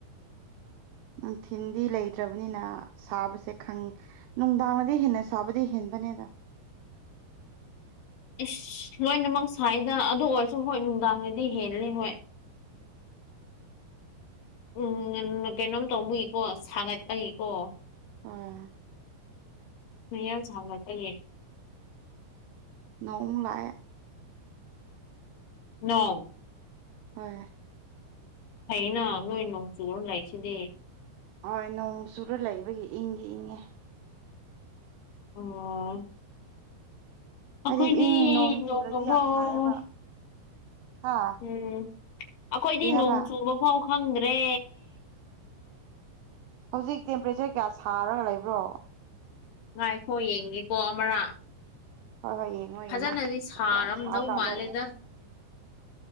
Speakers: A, on the right; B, on the left.
A: ꯅꯨꯡꯊꯤꯟꯗꯤ ꯂꯩꯇ꯭ꯔꯕꯅꯤꯅ ꯁꯥꯕꯁꯦ ꯈꯪ ꯅꯨꯡꯗꯥꯡꯅꯗꯤ ꯍꯦꯟꯅ ꯁꯕꯗ ꯍꯟꯕꯅꯦꯗ
B: ꯏꯁ ꯂꯣꯏꯅꯃꯛ ꯁ꯭ꯋꯥꯏꯗ ꯑꯗꯨ ꯑꯣꯏꯔꯁꯨ ꯍꯣꯏ ꯅꯨꯡꯗꯥꯡꯗꯗꯤ ꯍꯦꯜꯂꯦ ꯍꯣꯏ ꯎꯝ ꯀꯩꯅꯣꯝ ꯇꯧꯕꯒꯤꯀꯣ ꯁꯥꯒꯠꯄꯒꯤꯀꯣ
A: ꯑꯥ
B: ꯃꯌꯥꯝ ꯁꯧꯒꯠꯄꯒꯤ
A: ꯅꯣꯡ ꯑꯃꯨꯛ ꯂꯥꯛꯑ‌ꯦ
B: ꯅꫭꯡ
A: ꯍꯣꯏ
B: ꯐꯩꯅ ꯅꯣꯏ ꯅꯣꯡꯆꯨꯨꯔ ꯂꯩꯁꯤꯗꯤ
A: ꯍꯣꯏ ꯅꯣꯡ ꯆꯨꯔ ꯂꯩꯕꯒꯤ ꯏꯪꯗꯤ ꯏꯪꯉꯦ
B: ꯎꯝ
A: ꯍꯥꯏꯗꯤ
B: ꯑꯩꯈꯣꯏꯗꯤ
A: ꯏꯪ ꯅꯣꯡ
B: ꯅꯣꯡꯃꯕꯥꯎ
A: ꯆꯨꯗ꯭ꯔꯗꯤ ꯌꯥꯝ ꯁꯥꯏꯌꯦꯕ ꯍꯥ
B: ꯎꯝ ꯑꯩꯈꯣꯏꯗꯤ
A: ꯀꯔꯤ ꯍꯥꯏꯕ
B: ꯅꯣꯡ ꯆꯨꯕ ꯐꯥꯎ ꯈꯪꯗ꯭ꯔꯦ
A: ꯍꯧꯖꯤꯛ ꯇꯦꯝꯄꯔꯦꯆꯔ ꯀꯌꯥ ꯁꯥꯔꯒ ꯂꯩꯕ꯭ꯔꯣ
B: ꯉꯥꯏꯈꯣ ꯌꯦꯡꯒꯦꯀꯣ ꯑꯃꯔꯥ
A: ꯍꯣꯏ ꯍꯣꯏ ꯌꯦꯡꯉꯣ
B: ꯐꯖꯅꯗꯤ
A: ꯌꯦꯡꯉꯣ
B: ꯁꯥꯔꯝꯗꯧ
A: ꯀꯌꯥꯝ ꯁꯥ ꯖꯥꯠꯂꯣ
B: ꯃꯥꯜꯂꯦꯗ